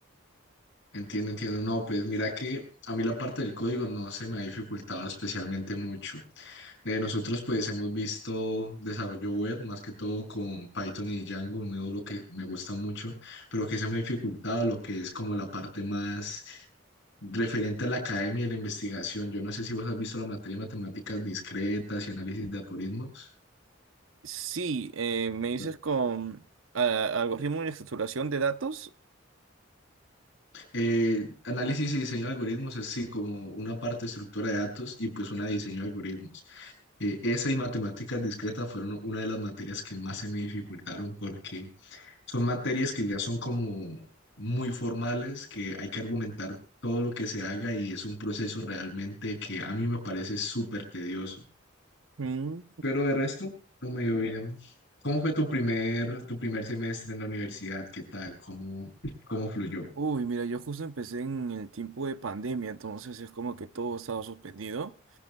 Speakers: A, on the left; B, on the right.
A: Entiendo, entiendo. No, pues mira que a mí la parte del código no se me ha dificultado especialmente mucho. Eh, nosotros pues hemos visto desarrollo web más que todo con Python y Django, un módulo que me gusta mucho, pero que se me ha dificultado lo que es como la parte más referente a la academia y la investigación. Yo no sé si vos has visto la materia de matemáticas discretas y análisis de algoritmos.
B: Sí, eh, me dices
A: No.
B: con ah, algoritmo de estructuración de datos.
A: Eh, análisis y diseño de algoritmos es sí como una parte de estructura de datos y pues una de diseño de algoritmos. Eh, esa y matemáticas discretas fueron una de las materias que más se me dificultaron porque son materias que ya son como muy formales, que hay que argumentar todo lo que se haga y es un proceso realmente que a mí me parece súper tedioso.
B: Mm,
A: Pero de resto, no me dio bien. ¿Cómo fue tu primer, tu primer semestre en la universidad? ¿Qué tal? ¿Cómo, cómo fluyó?
B: Uy, mira, yo justo empecé en el tiempo de pandemia, entonces es como que todo estaba suspendido.